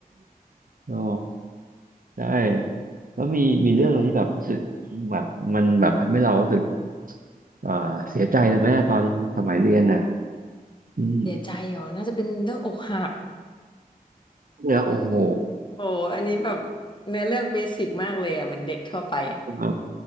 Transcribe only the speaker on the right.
อ๋อใช่แล้วมีมีเรื่องอะไรที่แบบรู้สึกแบบมันแบบทำให้เรารู้สึกเอ่อเสียใจเลยไหมตอนสมัยเรียนน่ะอืม
เนี่ยโอ้โห
ใช่ไหม